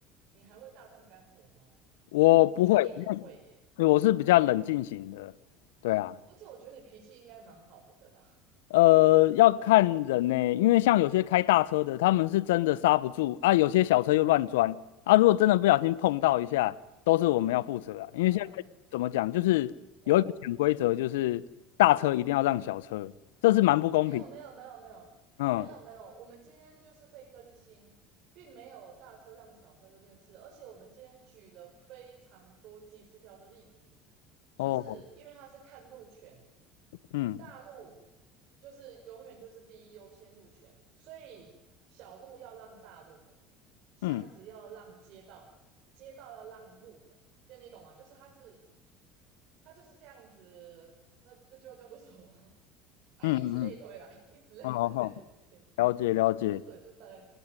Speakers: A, on the right (about 60°); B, on the left (about 75°).
A: 你还会大动肝火吗？
B: 我不会，
A: 我觉得你不会耶，
B: 因为我是比较冷静型的。对啊。
A: 而且我觉得你脾气应该蛮好的，对吧？
B: 呃，要看人呢、因为像有些开大车的，他们是真的刹不住啊，有些小车又乱钻啊。如果真的不小心碰到一下，都是我们要负责啊。
A: 嗯，
B: 因为现在怎么讲，就是有一个潜规则，
A: 哦，
B: 就是大车一定要让小车，这是蛮不公平。
A: 没有没有没有没有没有没有，
B: 嗯，
A: 我们今天就是被更新，并没有大车让小车这件事，而且我们今天举了非常多几十条的例子，就是因为它是看路权，
B: 哦，嗯
A: 大陆就是永远就是第一优先路权，所以小路要让大路的，巷子要让街道的，
B: 嗯
A: 街道要让路的，这样你懂吗？就是它是它就是这样子，那那就要叫做什么 <laughs> 啊？
B: 嗯嗯嗯，
A: 以此类推啦，以此类推，
B: 好好好，
A: 我的天，
B: 了解了解，
A: <laughs> 之后对，就大概，